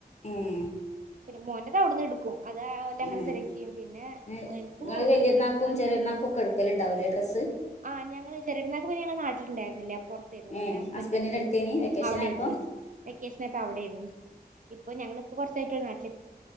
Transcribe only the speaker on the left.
ഉം
ഉം
നിങ്ങള്
വലിയരുന്നാക്കും
ചെറിയരുന്നാക്കും ഒക്കെ എടുക്കലുണ്ടാവൂലേ ഡ്രസ്സ്
ഏ
ഹസ്ബൻഡിന്റെ
അടുത്തേന് വെക്കേഷൻ
ആയപ്പോ